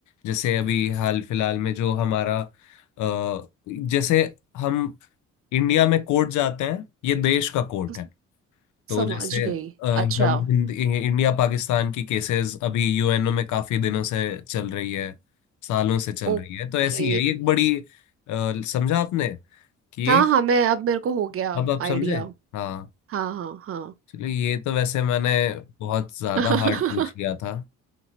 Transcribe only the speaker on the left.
जैसे अभी हाल फिलहाल में जो हमारा अ, जैसे हम इंडिया में कोर्ट जाते हैं ये देश का कोर्ट
है तो
जैसे
अ,
हम हिंद- इंडिया पाकिस्तान की केसेस अभी यूएनओ में काफी दिनों से चल रही है सालों से चल
रही है तो ऐसी है ये एक बड़ी अ, समझा आपने कि ये
अब आप
समझे हाँ
चलिए ये तो वैसे मैंने बहुत
ज्यादा
हार्ड पूछ लिया था